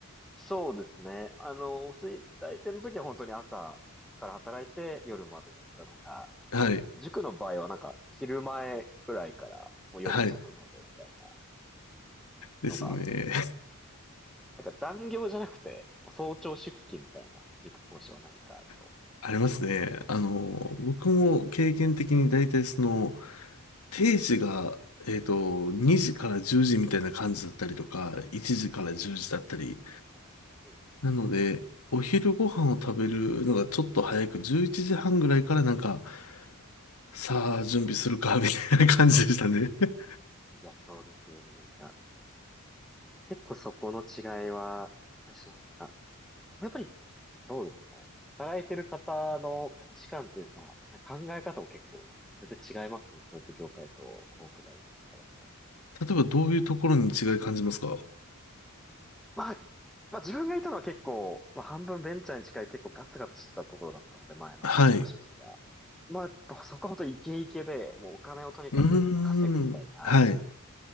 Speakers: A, in the centre; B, on the left.
A: そうですね。あの、普通に大抵の時は本当に朝から働いて夜までだったのが、
B: はい。
A: 塾の場合はなんか昼前くらいからもう夜遅くまでみたいな
B: はい。ですね。
A: のがあっ、なんか残業じゃなくて、もう早朝出勤みたいな塾講師は何かあると。
B: <laughs> ありますね。あの僕も経験的に大体その、
A: え
B: 定時が、えっと、2時から10時みたいな感じだったりとか、1時から10時だったり。
A: ーえーえー
B: なので、お昼ご飯を食べるのがちょっと早く、11時半ぐらいからなんか、さあ、準備するか、みたいな感じでしたね。<laughs>
A: いや、そうですよね。なんか、結構そこの違いは、私はなんか、やっぱり、そうですね。働いてる方の価値観というか、考え方も結構、絶対違いますね。教育業界と広告代理店とかだと。
B: 例えばどういうところに違い感じますか
A: まあ、まあ自分がいたのは結構、まあ半分ベンチャーに近い結構ガツガツしたところだったので、前のお仕事は。
B: はい。
A: まあ、やっぱそこはほんとイケイケで、もうお金をとにかく稼ぐみたいな。
B: うーん。はい。